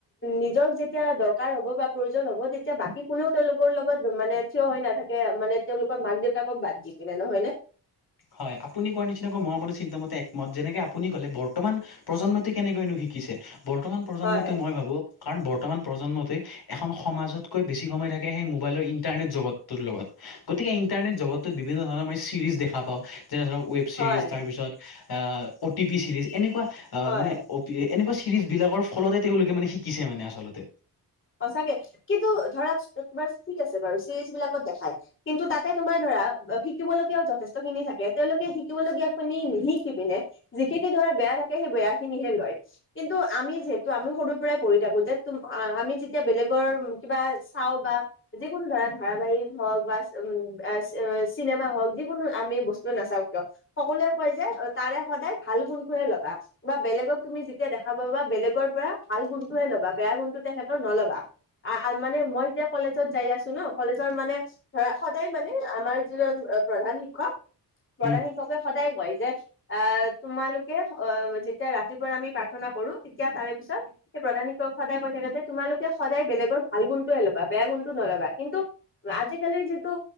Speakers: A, on the left (about 30°); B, on the left (about 65°).
A: নিজৰ যেতিয়া দৰকাৰ হ'ব বা প্ৰয়োজন হ'ব তেতিয়া বাকী কোনেও তেওঁলোকৰ লগত মানে থিয় হৈ নাথাকে মানে তেওঁলোকৰ মাক দেউতাকক বাদ দি। কিনে নহয় নে?
B: হয় আপুনি কোৱাৰ নিচিনাকৈ মই আপোনাৰ চিন্তা মতে একমত, যেনেকে আপুনি ক'লে বৰ্তমান প্ৰজন্মটো কেনেকৈ শিকিছে, বৰ্তমান প্ৰজন্মইটো
A: হয়,
B: মই ভাবো কাৰণ বৰ্তমান প্ৰজন্মটোৱে এখন সমাজতকৈ বেছি সময় থাকে সেই মোবাইলৰ ইণ্টাৰনেট জগতটোৰ লগত। গতিকে ইটাৰনেট জগতটোত বিভিন্ন ধৰণৰ মানে চিৰিজ দেখা পাওঁ, যেনে ধৰক ৱেব চিৰিজ
A: হয়,
B: তাৰপিছত আ, অ' টি পি চিৰিজ এনেকুৱা আ,
A: হয়।
B: মানে এনেকুৱা চিৰিজ বিলাকৰ ফলতে তেওঁলোকে মানে শিকিছে মানে আচলতে।
A: হচাগে কিন্তু ধৰা তোমাৰ ঠিক আছে বাৰু চিৰিজ বিলাকত দেখাই কিন্তু তাতে তোমাৰ ধৰা তা শিকিবলগগীয়া যথেষ্টখিনি থাকে তেওঁলোকে শিকিবলগীয়াখিনি নিশিকি পিনে যিখিনি ধৰা বেয়া থাকে সেই বেয়াখিনিহে লয় কিন্তু আমি যিহেতু আমি সৰুৰ পৰাই পঢ়ি থাকো যে তোম আমি যেতিয়া বেলেগৰ কিবা চাও বা যিকোনো ধৰা ধাৰাবাহিক হওক বা উ, বা চিনেমা হওক যিকোনো আমি বস্তু নাচাওঁ কিয় সকলোৱে কয় যে তাৰে সদায় ভাল গুণটোহে লবা বা বেলেগক তুমি যেতিয়া দেখা পাবা বেলেগৰ পৰা ভাল গুণটোহে লবা বেয়া বেয়া গুণটো তেখেতৰ নলবা আ-আ, মানে মই যেতিয়া কলেজ জত যাই আছো ন' কলেজৰ মানে ধৰা সদায় মানে আমাৰ যিজন প্ৰধান শিক্ষক প্ৰধান
B: উম,
A: শিককে সদায় লয়। যে আ, তোমালোকে অ' যেতিয়া ৰাতিপুৱাৰ আমি প্ৰাৰ্থনা কৰো তেতিয়া তাৰে পিছত প্ৰধান শিক্ষকে সদায় কৈ থাকে যে তোমালোকে সদায় বেলেগৰ ভাল গুণটোয়ে ল'বা, বেয়া গুণতটো নল'বা কিন্তু আজিকালিৰ যিটো